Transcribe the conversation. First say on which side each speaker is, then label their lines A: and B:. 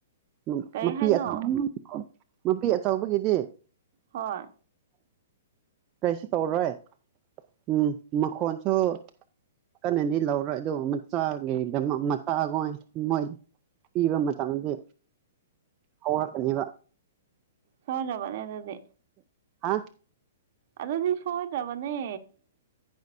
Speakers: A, on the right; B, on the right.
A: ꯎꯝ
B: ꯀꯩ
A: ꯅꯨꯄꯤ
B: ꯍꯥꯏꯅꯣ
A: <unintelligible> ꯅꯨꯄꯤ ꯑꯆꯧꯕꯒꯤꯗꯤ
B: ꯍꯣꯏ
A: ꯀꯩꯁꯨ ꯇꯧꯔꯣꯏ ꯎꯝ ꯃꯈꯣꯟꯁꯨ ꯀꯟꯅꯗꯤ ꯂꯧꯔꯣꯏ ꯑꯗꯨ ꯃꯆꯥꯒꯤꯗꯃꯛ ꯃꯆꯥꯒꯣꯏ ꯃꯣꯏ ꯄꯤꯕ ꯃꯇꯝꯗꯤ ꯍꯧꯔꯛꯀꯅꯤꯕ
B: ꯁꯣꯏꯗ꯭ꯔꯕꯅꯦ ꯑꯗꯨꯗꯤ
A: ꯍꯥ
B: ꯑꯗꯨꯗꯤ ꯁꯣꯏꯗ꯭ꯔꯕꯅꯦ